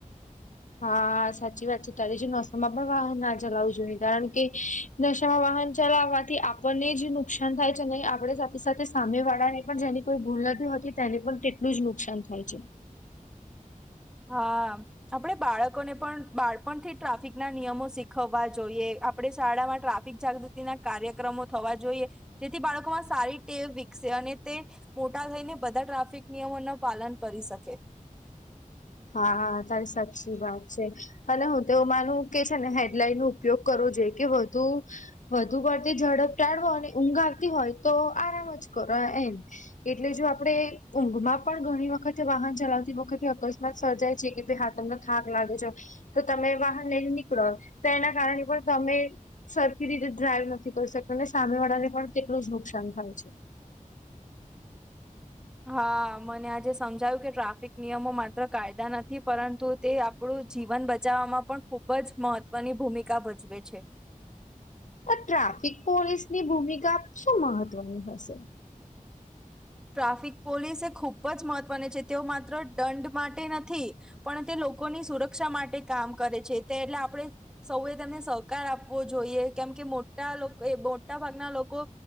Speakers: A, on the left; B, in the centre.
A: હા સાચી વાત છે તારી જે નોસમ માં પણ વાહન ના ચલાવું જોઈએ કારણ કે નશામાં વાહન ચલાવાથી આપણને જે નુકસાન થાય છે ને આપડે સાથે સાથે સામે વાળા ને પણ જેની કોઈ ભૂલ નથી હોતી તેને પણ તેટલું જ નુકસાન થાય છે.
B: હા આપડે બાળકોને પણ બાળપણથી ટ્રાફિક ના નિયમો શીખવા જોઈએ. આપણે શાળામાં ટ્રાફિક જાગૃતિ ના કાર્યક્રમો થવા જોઈએ જેથી બાળકોમાં સારી ટેવ વિકસે અને તે મોટા થઈને બધા ટ્રાફિક નિયમો નો પાલન કરી શકે.
A: હા તારી સાચી વાત છે અને હુંતો એવું માનું કે છે ને હેડલાઈન નું ઉપયોગ કરો જોઈ કે વધુ વધુ પડતી ઝડપ ટાળવો અને ઊંઘ આવતી હોય તો આરામ જ કરો એ એમ એટલે જો આપડે ઊંઘમાં પણ ઘણી વખતે વાહન ચલાવતી વખતે અક સર્જાય છે કે ભાઈ હા તમને થાક લાગ્યો છ તો તમે વાહન લઈને નીકળો તો એના કારણે પણ તમે સરખી રીતે ડ્રાઈવ નથી કરી શકતા અને સામે વાળાને પણ કેટલું જ નુકસાન થાય છે
B: હા મને આજે સમજાયું કે ટ્રાફિક નિયમો માત્ર કાયદા નથી પરંતુ તે આપણું જીવન બચાવવામાં પણ ખુબ જ મહત્વની ભૂમિકા ભજવે છે.
A: આ ટ્રાફિક પોલીસની ભૂમિકા શું મહત્વની હશે.
B: ટ્રાફિક પોલીસ એ ખૂબ જ મહત્વની છે તેઓ માત્ર દંડ માટે નથી પણ તે લોકોની સુરક્ષા માટે કામ કરે છે તે એટલે આપણે સૌએ તેમને સહકાર આપવો જોઈએ કેમ કે મોટા એ મોટા ભાગના લોકો